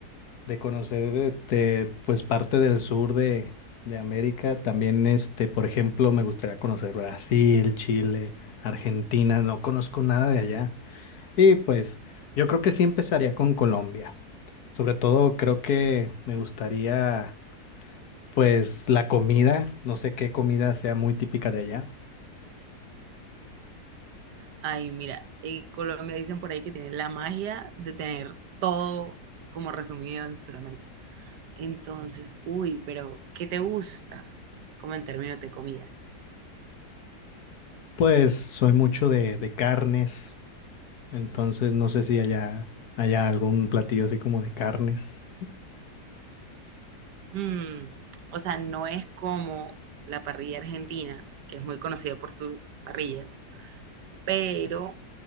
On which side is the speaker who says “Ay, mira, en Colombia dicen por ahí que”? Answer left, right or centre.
Right